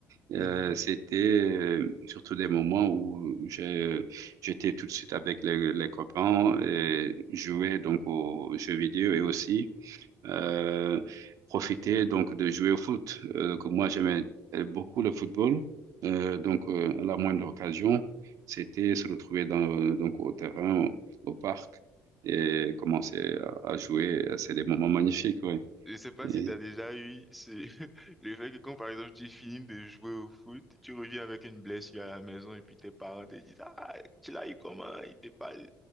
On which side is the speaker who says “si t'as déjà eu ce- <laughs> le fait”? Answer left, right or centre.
Centre